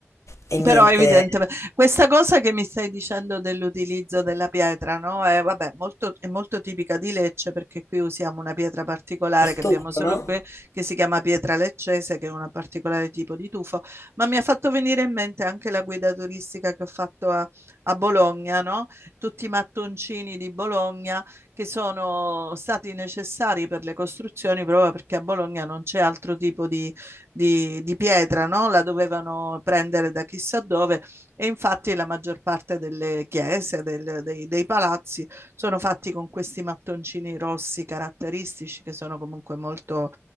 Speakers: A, on the left; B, on the right.
A: e, niente,
B: Però evidentemente questa cosa che mi stai dicendo dell'utilizzo della pietra, no? È, vabbè, molto, è molto tipica di Lecce perché qui usiamo una pietra particolare
A: il
B: che
A: turco,
B: abbiamo solo
A: no?
B: qui, che si chiama pietra leccese, che è un particolare tipo di tufo, ma mi ha fatto venire in mente anche la guida turistica che ho fatto a, a Bologna, no? Tutti i mattoncini di Bologna che sono stati necessari per le costruzioni proprio perché a Bologna non c'è altro tipo di di, di pietra, no? La dovevano prendere da chissà dove e infatti la maggior parte delle chiese, del- dei, dei palazzi sono fatti con questi mattoncini rossi caratteristici che sono comunque molto,